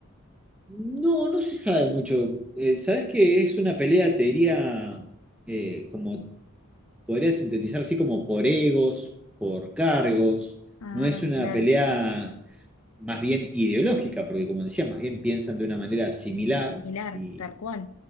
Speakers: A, in the centre; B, on the left (about 80°).
A: No, no se sabe mucho. Eh, ¿sabés que es una pelea, te diría, eh, como podría sintetizar así como por egos, por cargos.
B: Ah,
A: No es una
B: claro,
A: pelea más bien ideológica, porque como decía, más bien piensan de una manera similar,
B: similar,
A: y,
B: tal cual.